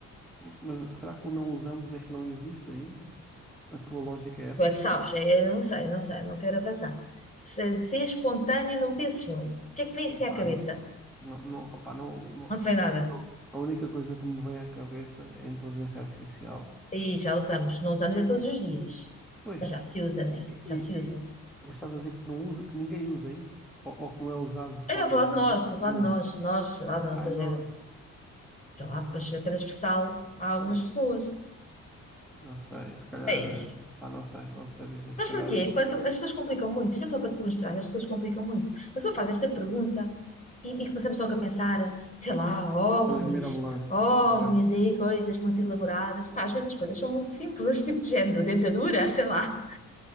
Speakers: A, in the centre; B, on the left (about 25°).
A: Mas será que o não usamos é que não existe ainda? A tua lógica é essa?
B: Tu é que sabes, é- eu não sei, não sei, não quero avançar. Se, se é espontâneo, não penses muito. O que é que vem assim
A: Opá,
B: à cabeça?
A: não sei. Não, não, opá, não, não.
B: Não te vem nada.
A: A única coisa que me vem à cabeça é a inteligência artificial.
B: E já usamos. Não usamos é todos os dias.
A: Pois,
B: Mas já se usa, né?
A: e,
B: Já
A: e-
B: se usa.
A: e- mas estás a dizer que não usa, que ninguém usa é isso? Ou, ou que não é usado de forma
B: Eu estou a falar de nós, estou a falar
A: comum?
B: de nós, nós, sei lá, da
A: Ai,
B: nossa
A: nós,
B: geração. Sei lá,
A: epá,
B: pois é transversal a algumas
A: pô,
B: pessoas.
A: não sei, se calhar,
B: Ei,
A: eh, pá, não sei, não te sei dizer,
B: sabes
A: se calhar,
B: porquê? Quando as pessoas complicam muito, isto é só para te mostrar, as pessoas complicam muito. Mas só faz esta pergunta e, e começamos logo a pensar, sei lá, ovnis,
A: coisas mirabolantes.
B: ovnis
A: né?
B: aí, coisas muito elaboradas. Pá, às vezes as coisas são muito simples, <laughs> tipo de género, dentadura, sei lá,